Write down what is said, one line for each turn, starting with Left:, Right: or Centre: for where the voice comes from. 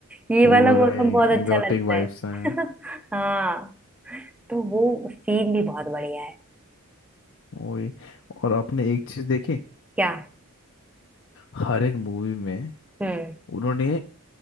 Centre: ये
Left: पूरा
Centre: वाला मौसम
Left: ही
Centre: हम्म बहुत
Left: एग्जॉटिक
Centre: अच्छा लगता
Left: वाइब्स
Centre: है
Left: हैं
Centre: <laughs> हाँ तो वो सीन भी बहुत बढ़िया है
Left: वही और आपने एक चीज देखी
Centre: क्या
Left: हर एक मूवी में
Centre: हम्म
Left: उन्होंने